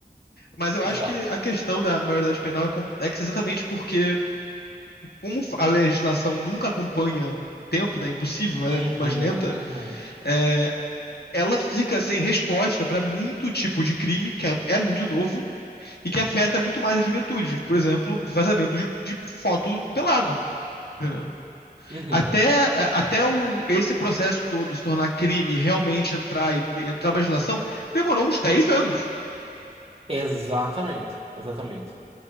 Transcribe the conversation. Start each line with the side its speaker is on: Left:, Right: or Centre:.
Left: Mas eu
Right: exato.
Left: acho que a questão da maioridade penal é complexa exatamente porque, como a legislação nunca acompanha tempo, né? é Impossível, ela
Right: Uhum,
Left: é muito mais lenta,
Right: uhum,
Left: é, ela fica sem resposta para muito tipo de crime que é, é muito novo e que afeta muito mais a juventude. Por exemplo, vazamento de, de foto pelado. Entendeu?
Right: uhum.
Left: Até, é, até o, esse processo todo se tornar crime e realmente entrar e entrar uma legislação, demorou uns 10 anos.
Right: Exatamente, exatamente.